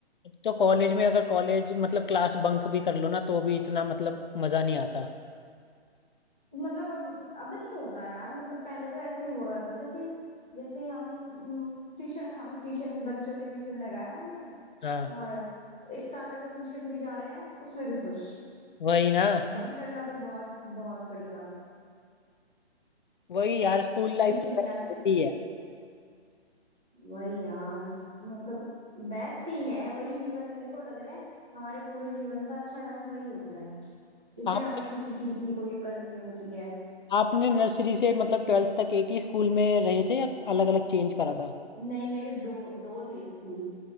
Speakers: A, on the left; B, in the centre.
A: अब तो कॉलेज में अगर कॉलेज मतलब क्लास बंक भी कर लो ना तो भी इतना मतलब मज़ा नहीं आता
B: मतलब अब अब नहीं होता यार मतलब पहले तो ऐसे हुआ करता था कि जैसे हम हम्म, ट्यूशन हम ट्यूशन बच्चों ने ट्यूशन लगाया हमने
A: हाँ
B: और एक साथ अगर ट्यूशन भी जा रहे हैं उसमें भी खुश
A: वही ना
B: बंक करना तो बहुत बहुत बड़ी बात
A: वही यार स्कूल लाइफ
B: ट्यूशन
A: तो बेस्ट
B: जान
A: होती है
B: वही यार इस- मतलब बेस्ट ही है वही जीवन मेरे को लग रहा है हमारे पूरे जीवन का अच्छा टाइम वही होता है जिसमें
A: आपने
B: हमें किसी चीज की कोई अकल नहीं होती है
A: आपने नर्सरी से मतलब ट्वेल्थ तक एक ही स्कूल में रहे थे या अलग अलग चेंज करा था
B: नहीं मेरे दो दो थे स्कूल